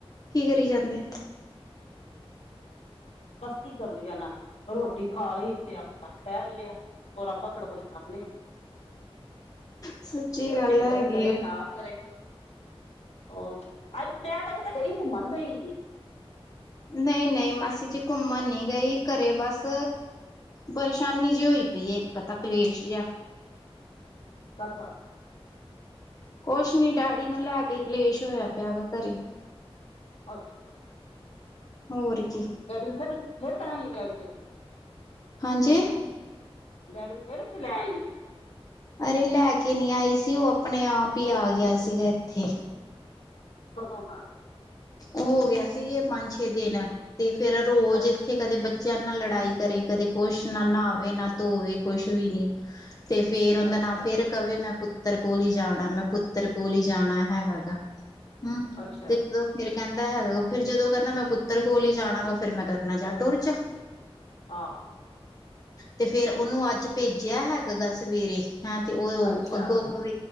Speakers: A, on the left; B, on the left.
A: ਕੀ ਕਰੀ ਜਾਂਦੇ
B: ਬਸ ਕੀ ਕਰਨ ਜਾਣਾ ਰੋਟੀ ਖਾ ਲਈ ਤੇ ਆਪਾਂ ਟਹਿਲ ਲਿਆ ਹੋਰ ਆਪਾਂ ਕਿਹੜਾ ਕੁਛ ਕਰਨੇ ਹ
A: ਸੱਚੀ ਗੱਲ
B: ਭਿੰਦਰ
A: ਹੈਗੀ
B: ਕਰੇ
A: ਆ
B: ਨਾ ਕਰੇ ਹੋਰ ਅੱਜ ਤੇ ਗਈ ਘੁੰਮਣ ਗਈ
A: ਨਹੀਂ ਨਹੀਂ ਮਾਸੀ ਚ ਘੁੰਮਣ ਨੀ ਗਈ ਘਰੇ ਬਸ ਪਰੇਸ਼ਾਨੀ ਜੇ ਹੋਈ ਪਈ ਹੈ ਇੱਕ ਕਲੇਸ਼ ਜਿਹਾ
B: ਕਾਤਾ
A: ਕੁਛ ਨੀ ਡੈਡੀ ਨੂੰ ਲੈ ਕੇ ਕਲੇਸ਼ ਹੋਇਆ ਪਿਆ ਗਾ ਘਰੇ
B: ਅੱਛਾ
A: ਹੋਰ ਕੀ
B: ਗੈਡੀਨ ਫਿਰ ਫੇ <unintelligible> ਰ ਰਿਹਾ ਡੈਡੀਨ ਇਥੇ
A: ਹਾਂਜੀ।
B: ਡੈਡੀ ਨੂੰ ਫੇਰੇ ਹੀ ਚਲੇ ਆਈਏ।
A: ਅਰੇ ਲੈ ਕੇ ਨਹੀਂ ਆਈ ਸੀ। ਉਹ ਆਪਣੇ- ਆਪ ਹੀ ਆ ਗਿਆ ਸੀਗਾ ਇੱਥੇ।
B: ਕਦੋਂ ਦਾ।
A: ਉਹ ਹੋ ਗਿਆ ਸੀ। ਇਹ ਪੰਜ- ਛੇ ਦਿਨ ਤੇ ਫੇਰ ਰੋਜ਼
B: ਅੱਛਾ
A: ਇੱਥੇ ਕਦੇ ਬੇ ਬੱਚਿਆਂ ਨਾਲ ਲੜਾਈ ਕਰੇ, ਕਦੇ ਕੁਛ ਨਾ ਨਹਾਵੇ, ਨਾ ਧੋਵੇ, ਕੁਛ ਵੀ ਨੀ। ਤੇ ਫੇਰ ਉਹਦਾ
B: ਅੱਛਾ
A: ਨਾਂ ਫੇਰ। ਕਵੇ ਮੈਂ ਪੁੱਤਰ ਕੋਲ ਹੀਈ ਜਾਣਾ। ਮੈਂ ਪੁੱਤਰ ਕੋਲ ਹੀ ਜਾਣਾ ਹੈਗਾ ਗਾ। ਹਮ
B: ਅੱਛਾ
A: ਤੇ ਫੇਰ ਕਹਿੰਦਾ ਹੈਗਾ। ਫਿਰ ਜਦੋਂ ਕਹਿੰਦਾ ਮੈਂ ਪੁੱਤਰ ਕੋਲ ਹੀ ਜਾਣਾ। ਗ ਫ਼ਿਰ ਮੈਂ ਕਿਰਾ ਤੁਰ ਜਾ।
B: ਹਾਂ।
A: ਤੇ ਫੇਰ ਉਹਨੂੰ ਅੱਜ ਭੇਜਿਆ ਹੈਗਾ ਗਾ ਸਵੇਰੇ। ਹਾਂ। ਤੇ ਉਹ
B: ਅੱਛਾ
A: ਅੱਗੋਂ ਕ